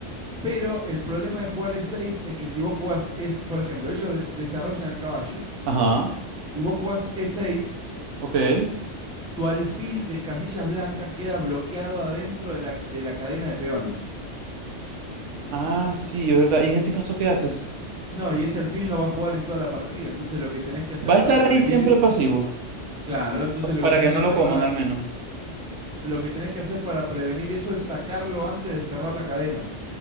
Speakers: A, in the centre; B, on the right (about 85°).
A: Pero el problema de jugar E6 es que si vos jugás, es, por ejemplo, ellos de- desarrollan el caballo
B: Ajá,
A: y vos jugás E6,
B: ok.
A: tu alfil de casillas blancas queda bloqueado adentro de la, de la cadena de peones.
B: Ah, sí, es verdad. ¿Y en ese caso qué haces?
A: No, y ese alfil no va a jugar en toda la partida, entonces lo que tenés que hacer
B: Va a
A: para
B: estar
A: prevenir
B: ahí siempre
A: eso...
B: pasivo,
A: Claro, entonces
B: pa-
A: lo
B: para
A: que tenés
B: que
A: que
B: no
A: hacer
B: lo coman
A: para,
B: al menos.
A: lo que tenés que hacer para prevenir eso es sacarlo antes de cerrar la cadena.